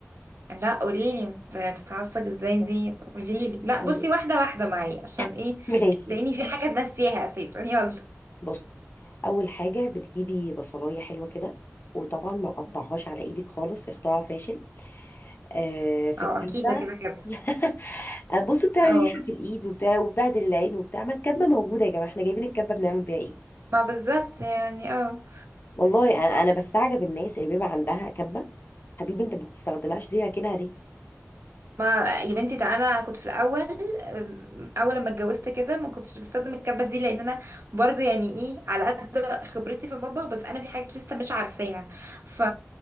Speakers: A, on the right; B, on the left.
A: لا قوليلي تتعصب ازاي دي قوليلي لا
B: بتستني.
A: بصي واحدة واحدة معايا عشان ايه
B: <laughs> ماشي
A: لاني في حاجة ناسيها اساسا يلا
B: بص اول حاجه بتجيبي بصلايه حلوه كده وطبعا ما تقطعهاش
A: مم.
B: على ايدك خالص اختراع فاشل آه في
A: اه
B: الكبه
A: اكيد ده كده كده
B: <laughs> بصوا بتعمل
A: اه
B: ريحه في الايد وبتاع وبهدل العين وبتاع ما الكبه موجوده يا جماعه احنا جايبين الكبه بنعمل بيها ايه
A: ما بالظبط يعني اه
B: والله انا انا بستعجب الناس اللي بيبقى عندها كبه حبيبي انت ما بتستخدمهاش ليه راكنها ليه
A: ما يا بنتي ده انا كنت في الاول أم، اول لما اتجوزت كده ما كنتش بستخدم الكبه دي لان انا برضو يعني ايه على قد خبرتي في المطبخ بس انا في حاجات لسه مش عارفاها ف...